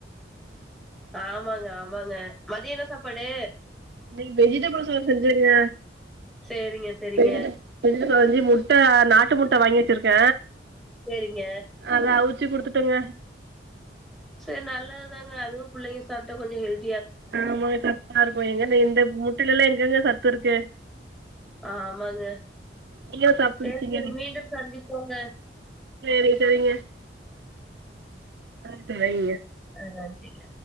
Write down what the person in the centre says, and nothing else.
ஆமாங்க ஆமாங்க மதிய என்ன சாப்பாடு
சேரிங்க சேரிங்க
செரிங்க
செரி நல்லதாங்க அதுவு புள்ளைங்க சாப்ட்டா கொஞ்சோ ஹெல்
ஆமாங்க
செர்
செரி மீண்டு சந்திப்போங்க
ஆ சரிங்க